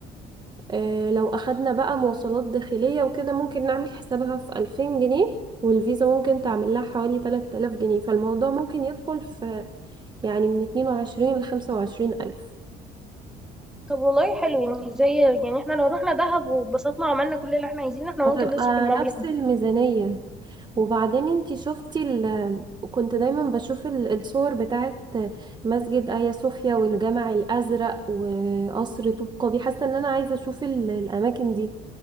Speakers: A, on the right; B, in the centre.
A: آه لو أخدنا بقى مواصلات داخلية وكده ممكن نعمل حسابها في 2000 جنيه والفيزا ممكن تعمل لها حوالي 3000 جنيه فالموضوع ممكن يدخل في يعني من 22 ل 25 ألف
B: طب والله حلو يعني زي يعني احنا لو رحنا دهب واتبسطنا وعملنا كل اللي احنا عايزينه احنا
A: هتبقى
B: ممكن نصرف المبلغ
A: نفس
B: ده
A: الميزانية وبعدين انتي شفتي ال... كنت دايما بشوف ال- الصور بتاعت مسجد آيا صوفيا والجامع الأزرق وقصر طوب قابي حاسة ان انا عايزة اشوف ال... الأماكن دي